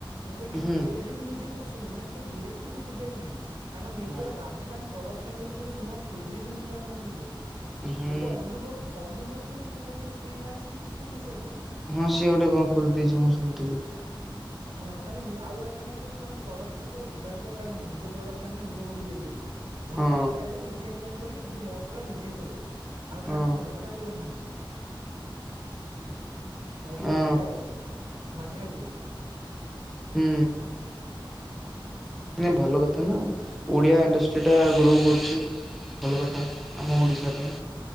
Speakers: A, on the right; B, in the centre.
A: ମୁଁ କହିଲି
B: ହୁଁ
A: ଡିରେକ୍ଟ ବି ନିଜେ କସୁ ମାନେ କୋଉ ଡିରେକ୍ଟର ବି ଖୋଜିବାକୁ ନାହିଁ। ତାଙ୍କ ନିଜର
B: ନା
A: ବାବୁସାନ ପ୍ରଡକ୍ସନ ବୋଲି ଗୋଟେ ନୂଆ ଖୋଲିଦ ଦେଇଉଛନ୍ତି ବି ଜାନ୍ତା ମୁଁ ନିଜର
B: ହୁଁ
A: ଏବେ ଅନୁଭବ ଅନୁଭବ <unintelligible> କୁ ସାଇଲେ
B: ହଁ ସିଏ ଗୋଟେ କଣ ଖୋଲି ଦେଇଛି ମୁଁ ଶୁଣିଥିଲି।
A: ହଁ ଆରେ ଆଉ ଏମାନେେ କଉଁ ମାନେ ପ୍ରଡ଼କ୍ସନକୁ ଆଉ ଯିବା ବି ଦରକାର ନାହିଁ ନିଜ ପ୍ରଡ଼କ୍ସନରେ ନିଜେ ମୁଭି ତିଆରି କରିବେ। ଯାହା
B: ହଁ
A: ପ୍ରଫିଟ୍ ଆଇଲା ନିଜେ କରିବେ ଯଦି ଲସ୍ ହେଲା ନିଜେହିଁ ସହିବେ ଆଉ
B: ହଁ
A: କାହା ଉପରେ ଭରସା ବି କରୁନାହାନ୍ତି। <inaudible> ଏ
B: ହଁ
A: ତ ବଢିଆ କରୁଛନ୍ତି। ମାନିଆକୁ ପଡିବ।
B: ହୁଁ। ନା ଭଲ କଥା ନା ଆଉ ଓଡିଆ
A: ଓ ହଉ
B: ଇଣ୍ଡଷ୍ଟ୍ରିଟା ଗ୍ରୋ କରୁଛି। ଭଲ କଥା ଆମ ଓଡ଼ିଶା ପାଇଁ